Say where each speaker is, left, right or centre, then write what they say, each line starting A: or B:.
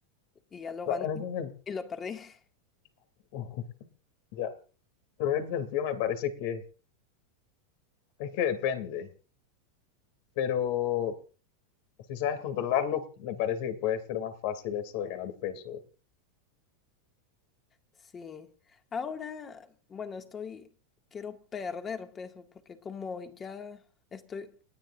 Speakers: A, on the left; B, on the left.
A: y ya lo
B: Cla-
A: gané
B: En ese
A: <laughs> y lo perdí. <laughs>
B: sentido, <laughs> Pero en ese sentido me parece que es que depende, pero si sabes controlarlo, me parece que puede ser más fácil eso de ganar peso.
A: Sí, ahora, bueno, estoy, quiero perder peso porque como ya estoy,